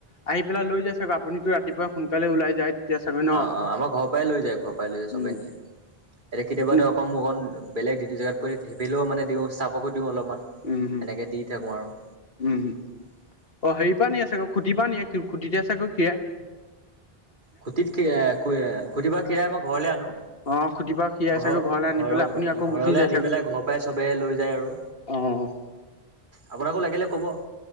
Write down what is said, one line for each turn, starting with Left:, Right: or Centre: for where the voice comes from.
Left: আহি পেলাই লৈ যায় চাগৈ আপুনিতো ৰাতিপুৱা সোনকালে ওলাই যায়। তেতিয়া চাগৈ ন?
Right: অ অ আমাৰ ঘৰৰ পৰাই লৈ যায় ঘৰৰ পৰাই লৈ যায় চবে
Left: উম,
Right: নিয়ে এতিয়া কেতিয়াবাতো
Left: আপুনি
Right: অকণ মোৰ অকন বেলেগ ডিউতি জেগাত পৰি সেইফেলেও মানে দিও চাবকো দিও অলপমান,
Left: উম,
Right: সেনেকে দি থাকো আৰু।
Left: উম, অ হেৰি পৰা নিয়ে চাগৈ খুটি পা নিয়ে খুটি দা চাগৈ খিৰাই।
Right: খুটিত খ খ খুটি বা খীৰাই মই ঘৰলৈ আনো।
Left: অ', খুটিৰ পৰা খীৰাই
Right: ঘৰ
Left: চাগৈ ঘৰলৈ আনি পেলাই
Right: ঘ
Left: আপুনি আকৌ
Right: ঘৰলে
Left: গুচি যায়
Right: আনি
Left: চাগৈ
Right: পেলাই ঘৰৰ পৰাই চবে লৈ যায় আৰু।
Left: অ',
Right: আপোনাকো লাগে লে কব,